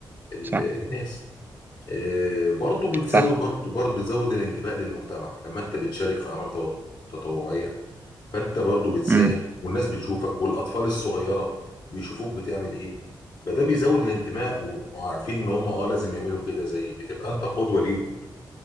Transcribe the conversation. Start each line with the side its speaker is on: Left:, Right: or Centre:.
Left: ال-
Right: صح
Left: الناس آه، برضو بتزود
Right: صح
Left: برضو برضو بتزود الانتباه للمجتمع لما انت بتشارك في اعمال تو- تطوعيه فانت برضو بتساهم
Right: امم
Left: والناس بتشوفك والاطفال الصغيره بيشوفوك بتعمل ايه فده بيزود الانتماء وبيبقوا عارفين ان هم اه لازم يعملوا كده زي بتبقى انت قدوه ليهم